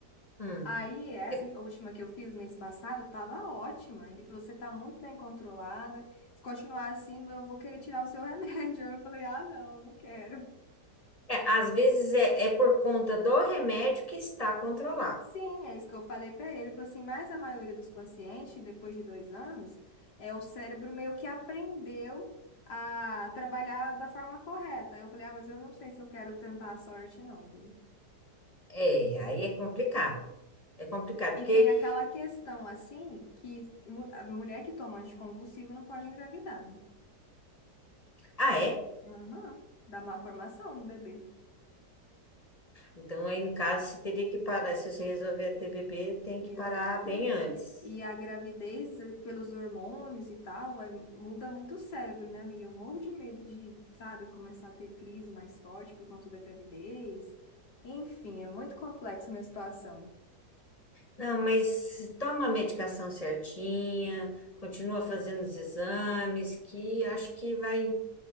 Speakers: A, on the left (about 20°); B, on the left (about 75°).
A: Hum.
B: Aí, essa
A: É
B: última que eu fiz mês passado tava ótima. Ele falou: Você tá muito bem controlada. Se continuar assim, eu vou querer tirar o seu <laughs> remédio. Eu falei: Ah, não, eu não quero.
A: É, às vezes é, é por conta do remédio que está controlado.
B: Sim, é isso que eu falei para ele. Ele falou assim: Mas a maioria dos pacientes, depois de dois anos, é o cérebro meio que aprendeu a trabalhar da forma correta. Aí Eu falei: Ah, mas eu não sei se eu quero tentar a sorte, não, viu?
A: É, aí é complicado. É complicado,
B: E
A: porque.
B: tem aquela questão assim que mu- a mulher que toma anticonvulsivo não pode engravidar, né?
A: Ah, é?
B: Aham, Dá má formação no bebê.
A: Então, aí no caso, você teria que parar. Se você resolver a TBB, tem
B: Exatamente.
A: que parar bem antes.
B: E a gravidez, eh, pelos hormônios e tal, vai, muda muito o cérebro, né, amiga? Eu morro de medo de, sabe, começar a ter crise mais forte por conta da gravidez. Enfim, é muito complexa a minha situação.
A: Não, mas toma a medicação certinha, continua fazendo os exames, que acho que vai.